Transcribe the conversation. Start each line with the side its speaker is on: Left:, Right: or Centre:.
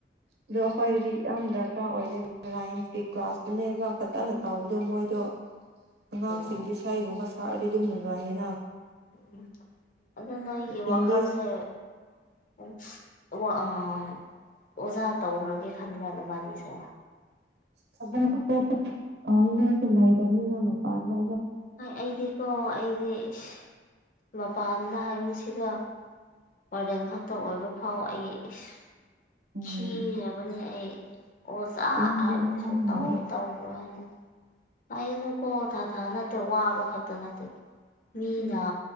Right: ꯑꯗꯣ ꯑꯈꯣꯏꯗꯗꯤ ꯌꯥꯝ ꯗꯔꯀꯥꯔ ꯑꯣꯏꯔꯦ ꯔꯥꯏꯝꯁꯀꯤ ꯀ꯭ꯂꯥꯁꯇꯨꯅꯦꯕꯥ ꯐꯖꯅ ꯇꯧꯕꯗꯣ ꯃꯣꯏꯗꯣ ꯑꯉꯥꯡꯁꯤꯡꯗꯤ
Left: ꯑꯣ
Right: ꯏꯁꯩꯒꯨꯝꯕ ꯁꯛꯑꯗꯤ ꯑꯗꯨꯝ ꯅꯨꯡꯉꯥꯏꯌꯦꯅꯥ
Left: ꯎꯝ ꯑꯗꯨ ꯅꯣꯏꯒꯤ
Right: ꯏꯪꯂꯤꯁ
Left: ꯋꯥꯈꯜꯁꯦ ꯎꯝ ꯑꯣ ꯑꯥ ꯑꯣꯖꯥ ꯇꯧꯈ꯭ꯔꯒꯦ ꯈꯟꯕ꯭ꯔ ꯅꯕꯥꯅꯤꯁꯦ
Right: ꯊꯕꯛ ꯑꯇꯣꯞꯄ ꯇꯧꯅꯤꯡꯉꯥꯏꯁꯨ ꯂꯩꯇꯝꯅꯤꯅ ꯃꯥꯇꯝꯗꯣ
Left: ꯍꯣꯏ ꯑꯩꯗꯤꯀꯣ ꯑꯩꯗꯤ ꯏꯁ ꯃꯄꯥꯥꯟ ꯗꯥ ꯍꯥꯏꯕꯁꯤꯗꯥ ꯋꯥꯔꯗꯦꯟ ꯈꯛꯇ ꯑꯣꯏꯕ ꯐꯥꯎ ꯑꯩ ꯏꯁ
Right: ꯎꯝ
Left: ꯈꯤꯒ꯭ꯔꯕꯅꯦ ꯑꯩ ꯑꯣꯖꯥ
Right: ꯋꯥꯗꯤ
Left: ꯍꯥꯏꯕꯗꯨ
Right: ꯋꯥꯕ
Left: ꯁꯨꯛꯇꯧ
Right: ꯃꯥꯜꯂꯦ
Left: ꯇꯧꯔꯣꯏ ꯍꯥꯏꯅ ꯍꯥꯏꯒꯅꯨꯀꯣ ꯊꯥ ꯊꯥ ꯅꯠꯇꯦ ꯋꯥꯕ ꯈꯛꯇ ꯅꯠꯇꯦ ꯃꯤꯅ
Right: ꯎꯝ